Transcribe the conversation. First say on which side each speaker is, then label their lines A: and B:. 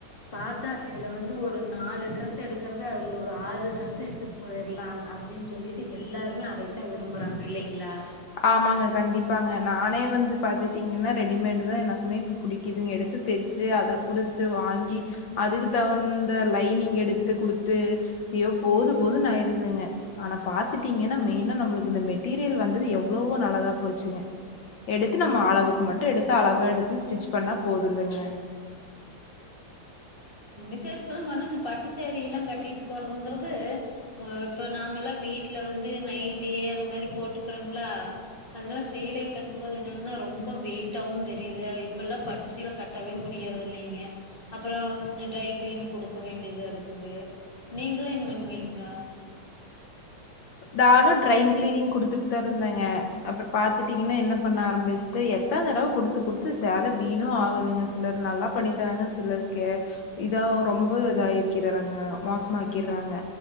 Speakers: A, on the left; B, on the left.
A: பாத்தா இதுல வந்து ஒரு நாலு ட்ரெஸ் எடுக்கறத அதுல ஒரு ஆறு ட்ரெஸ் எடுத்துட்டு போயிடலாம் அப்படின்னு சொல்லிட்டு எல்லாருமே அதைத்தான் விரும்பறாங்க இல்லீங்களா
B: ஆமாங்க கண்டிப்பாங்க நானே வந்து பாத்துகிட்டிங்கன்னா ரெடிமேடு தான் எனக்குமே இப்ப புடிக் இதுங்க எடுத்து தைச்சு அதை குடுத்து வாங்கி அதுக்கு தகுந்த லைனிங் எடுத்து குடுத்து யோ போதும் போதும்ன்னு ஆயிடுதுங்க ஆனா பாத்துடீங்கன்னா மெயின்னா நமளுக்கு இந்த மெட்டீரியல் வது எவ் அவ்வளோ நல்லாதா போச்சுங்க எடுத்து நம்ம அளவுக்கு மட்டும் எடுத்து அளவை எடுத்து ஸ்டிச் பண்ணா போதுல்லங்க
A: விசேத்துக்கெல்லம் போனா இந்த பட்டு சாரீ எல்லாம் கட்டிட்டு போறதுங்கிறது இப்ப நாமல்லாம் வீட்டுல வந்து நைட்டி அது மாரி போட்டுக்குறோங்களா அதா சேலை கட்டும் போது என்னன்னா ரொம்ப வெயிட்டாவும் தெரியுது இப்ப எல்லாம் பட்டு சீல கட்டவே முடியறது இல்லைங்க அப்புறம் ட்ரைகிளீன் கொடுக்க வேண்டியதா இருக்குது நீங்கள்ளாம் என்ன பண்ணுவீங்க
B: நானும் டிரைய் கிளீனிங் குடுத்துட் தா இருந்தங் அப்பறம் பாத் வந்துடிங்கன்னா என்ன பண்ண ஆரம்பிச்சுட்டு எத்தனை தடவ குடுத்து குடுத்து சேலை வீணும் ஆகுதுங்க சிலர் நல்லா பண்ணி தராங்க சிலருக்கு இதான் ஒரு ரொம்ப இதாய் கிரறங்க மோசமாய் கிறாங்க